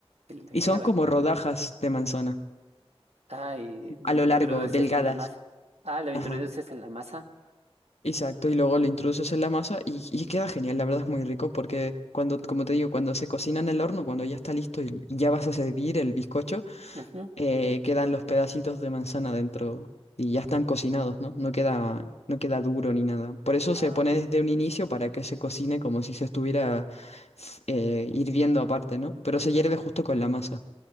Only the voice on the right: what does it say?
le
clavas?
Ah, y lo
introduces
en la masa. Ah, lo introduces
en la masa.
Ujú.
Ah.